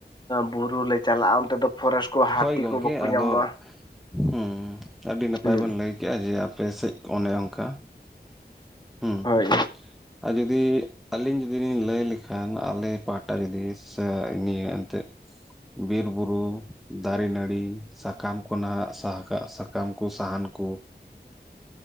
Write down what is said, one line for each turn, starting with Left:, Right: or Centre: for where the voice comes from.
Left: ᱵᱩᱨᱩ ᱞᱮ ᱪᱟᱞᱟᱜᱼᱟ ᱚᱱᱛᱮ ᱫᱚ ᱯᱷᱚᱨᱮᱥᱴ ᱠᱚ ᱦᱟᱹᱛᱤ
Centre: ᱦᱳᱭ ᱜᱚᱝᱠᱮ
Left: ᱠᱚ ᱵᱟᱠᱚ
Centre: ᱟᱫᱚ
Left: ᱧᱟᱢᱚᱜᱼᱟ
Centre: ᱦᱮᱸ ᱟᱹᱰᱤ ᱱᱟᱯᱟᱭ
Left: ᱦᱩᱸ
Centre: ᱵᱮᱱ ᱞᱟᱹᱭ ᱠᱮᱜᱼᱟ ᱡᱮ ᱟᱯᱮ ᱥᱮᱫ ᱚᱱᱮ ᱚᱱᱠᱟ ᱦᱩᱸ
Left: ᱦᱳᱭ
Centre: ᱟᱨ ᱡᱩᱫᱤ ᱟᱹᱞᱤᱧ ᱡᱩᱫᱤ ᱞᱤᱧ ᱞᱟᱹᱭ ᱞᱮᱠᱷᱟᱱ ᱟᱞᱮ ᱯᱟᱦᱴᱟ ᱡᱩᱫᱤ ᱥᱮ ᱱᱤᱭᱟᱹ ᱮᱱᱛᱮᱫ ᱵᱤᱨ ᱵᱩᱨᱩ ᱫᱟᱨᱮ ᱱᱟᱹᱲᱤ ᱥᱟᱠᱟᱢ ᱠᱚ ᱱᱟᱦᱟᱜ ᱥᱟᱦᱟ ᱠᱟᱜ ᱥᱟᱠᱟᱢ ᱠᱚ ᱥᱟᱦᱟᱱ ᱠᱚ,